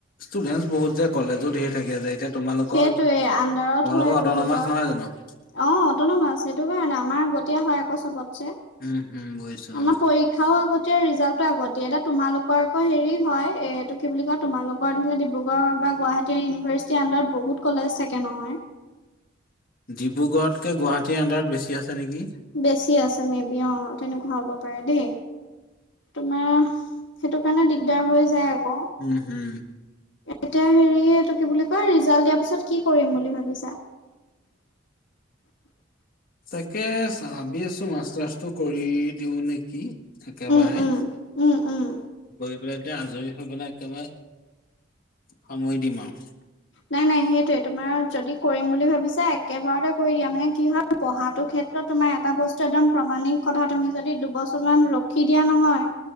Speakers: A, on the left (about 50°); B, on the left (about 70°).
A: ষ্টুডেন্টচ বহুত যে কলেজো ঢেৰ থাকে যে, এতিয়া তোমালোকৰ
B: সেইটোৱে
A: তোমালোকৰ
B: আণ্ডাৰত হয় বহুতৰ
A: অটনমাছ নহয় জানো?
B: অ, অটনমাছ সেইটো কাৰণে আমাৰ আগতিয়া হয় আকৌ চবতছে।
A: উম। হুম, বুজিছোঁ
B: আমাৰ
A: অ'।
B: পৰীক্ষাও আগত দিয়ে, এতিয়া ৰিজাল্টটো আগত দিয়ে, এতিয়া তোমালোকৰ আকৌ হেৰি হয়, এইটো কি বুলি কয় তোমালোকৰ ধৰি লও ডিব্ৰুগড়ৰ গুৱাহাটী ইউনিভাৰ্চিটিৰ আন্দাৰত বহুত কলেজ থাকে নহয়।
A: ডিব্ৰুগড়তকে গুৱাহাটীৰ আণ্ডাৰত বেছি আছে নেকি?
B: বেছি আছে মেবি অ। তেনেকুৱা হ'ব পাৰে দেই, তোমাৰ সেইটো কাৰণে দিগদাৰ হৈ যায়। আকৌ
A: উম, হম।
B: এতিয়া হেৰি এইটো কি বুলি কয় ৰিজাল্ট দিয়াৰ পিছত কি কৰিম বুলি ভাবিছা? <inaudible>
A: তাকে ভাবি আছোঁ মাষ্টাৰ্ছটো কৰি দিও নেকি? একেবাৰে,
B: উম উম উম উম।
A: কৰি এতিয়া আজৰি হৈ গ'লে একেবাৰে সামৰি দিম আৰু।
B: নাই, নাই, সেইটোৱে তোমাৰ যদি কৰিম বুলি ভাবিছা, একেবাৰতে কৰি দিয়া মানে কি হয় পঢ়াটো ক্ষেত্ৰত তোমাৰ এটা বস্তু একদম প্ৰমাণিক কথা তুমি যদি দুবছৰমান ৰখি দিয়া নহয়